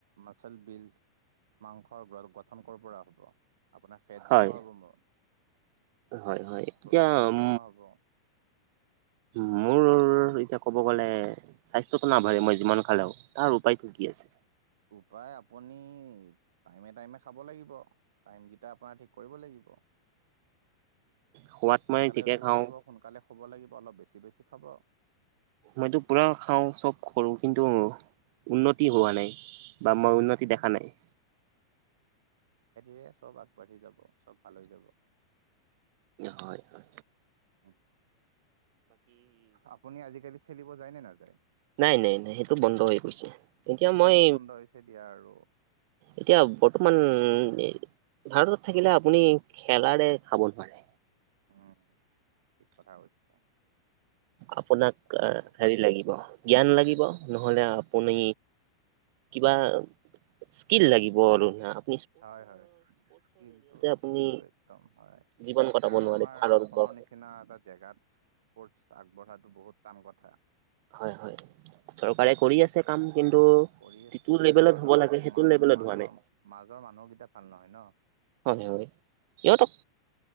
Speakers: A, on the right; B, on the right.
A: মাচেল বিল্ড মাংস ণ্ডৰা গঠন কৰিব পৰা হ'ব, আপোনাৰ ফেট
B: হয়
A: জমা হ'ব মোৰ।
B: হয় হয় এতিয়া
A: চৰ্বি
B: উম
A: জমা হ'ব
B: মোৰ এতিয়া কব গলে স্বাস্থ্যটো নাভাবে মই যিমান খালেও। তাৰ উপায়তটো কি আছে?
A: উপায় আপুনি টাইমে টাইমে খাব লাগিব। টাইম কেইটা আপোনাৰ ঠিক কৰিব লাগিব। ক
B: খোৱাত
A: সোনকালে
B: মই ঠিকে
A: উঠিব
B: খাওঁ
A: লাগিব সোনকালে। শুৱ লাগিব অলপ বেছি বেছি খাব।
B: মইতো পুৰা খাওঁ চব কৰো কিন্তু উন্নতি হোৱা নাই। বা মই উন্নতি
A: হ'ব
B: দেখা নাই।
A: এ চব আগবাঢ়ি যাব চব ভাল হৈ যাব
B: হয় হয়
A: অ আপুনি আজিকালি খেলিব যায় নে নাযায়
B: নাই নাই নাই সেইটো বন্ধ হৈ গৈছে এতিয়া
A: মোৰো
B: মই
A: বন্ধ হৈছে দিয়া আৰু
B: এতিয়া বৰ্তমান উম ভাৰতত থাকিলে আপুনি খেলাৰে খাব নোৱাৰে
A: উম ঠিক কথা কৈছে
B: আপোনাক
A: মোৰ আৰু
B: হেৰি লাগিব জ্ঞান লাগিব ব নহলে আপুনি কিবা স্কিল লাগিব আৰু ন
A: হয় হয় স্কিলটো
B: আপুনি
A: স্কিলটো একদম হয়
B: জীৱন কটাব
A: আৰু
B: নোৱাৰে
A: আমাৰ
B: ভাৰতবৰ্ষ
A: অসমৰ নিচিনা এটা জেগাত আগবঢ়াতটো বহুত টান কথা
B: হয় হয় চৰকাৰে কৰি আছে কাম কিন্তু
A: কৰি আছে
B: যিটো
A: কিন্তু
B: লেভেলত
A: মাজৰ
B: হ'ব লাগে সেইটো
A: মাজ
B: লেভেলত
A: মানুহৰ
B: হোৱা নাই।
A: মাজৰ মানুহকেইটা ভাল নহয় ন
B: হয় হয় ইহঁতক